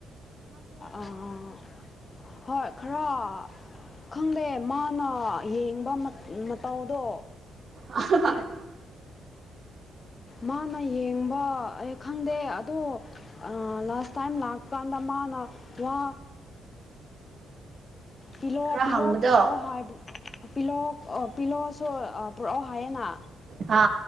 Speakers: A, on the left; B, on the right.
A: ꯑꯥ ꯍꯣꯏ ꯈꯔ ꯈꯪꯗꯦ ꯃꯥꯅ ꯌꯦꯡꯕ ꯃꯇꯧꯗꯣ
B: ꯑ
A: ꯃꯥꯅ ꯌꯦꯡꯕ ꯑꯩ ꯈꯪꯗꯦ ꯑꯗꯣ ꯂꯥꯁ ꯇꯥꯏꯝ ꯂꯥꯛꯄꯥꯟꯗ ꯃꯥꯅ ꯋꯥ ꯄꯤꯜꯛꯑꯣ
B: ꯈꯔ
A: ꯄꯤꯂꯛꯑꯣ
B: ꯍꯪꯕꯗꯣ
A: ꯄꯨꯔꯛꯑꯣ ꯍꯥꯏꯕ ꯄꯤꯂꯣꯛ ꯄꯤꯂꯣꯁꯨ ꯄꯨꯔꯛꯑꯣ ꯍꯥꯏꯌꯦꯅ
B: ꯍꯥ